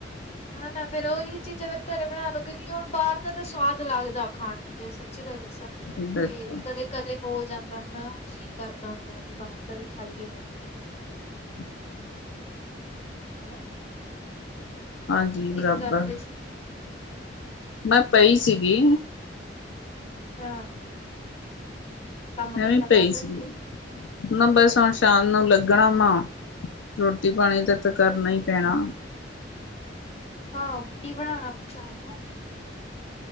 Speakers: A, on the left; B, on the left.
A: ਹਾ ਨਾ ਫਿਰ ਉਹੀ ਚੀਜ਼ਾਂ ਫਿਰ ਘਰੇ ਬਣਾ ਲਉ ਕਿਉਂਕਿ ਹੁਣ ਬਾਹਰ ਦਾ ਤਾਂ ਸਵਾਦ ਲੱਗਦਾ ਖਾਣ ਨੂੰ ਜੇ ਚੀ ਗਲ ਦੱਸਾਂ
B: ਬਿਲਕੁਲ
A: ਬੇ। ਕਦੇ- ਕਦੇ ਹੋ ਜਾਂਦਾ ਹੁਣਾ ਜੀਅ ਕਰਦਾ ਹੁੰਦਾ ਵੀ ਬਾਹਰ ਦਾ ਵੀ ਖਾਈਏ।
B: <unintelligible>
A: ਹੈਨਾ।
B: ਹਾਂਜੀ ਬਰਾਬਰ।
A: ਕਰਦੇ ਸੀ
B: ਮੈਂ ਪਈ ਸੀਗੀ।
A: ਅੱਛਾ। ਕੰਮ
B: ਮੈਂ
A: ਧੰਦਾ
B: ਵੀ ਪਈ
A: ਕਰਦੇ
B: ਸੀਗੀ
A: ਤੁਸੀਂ
B: ਮੈਂ ਬਸ ਹੁਣ ਸ਼ਾਮ ਨੂੰ ਲੱਗਣਾ ਨਾ। ਰੋਟੀ ਪਾਣੀ ਦਾ ਤਾਂ ਕਰਨਾ ਈ ਪੈਣਾ।
A: ਆਹੋ ਕੀ ਬਣਾਉਣਾ ਸ਼ਾਮ ਨੂੰ?